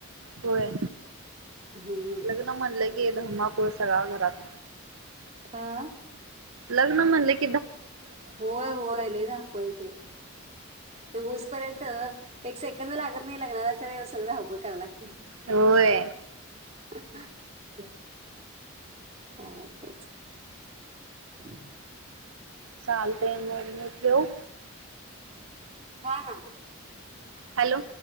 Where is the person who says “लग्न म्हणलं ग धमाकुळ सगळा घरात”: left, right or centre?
Right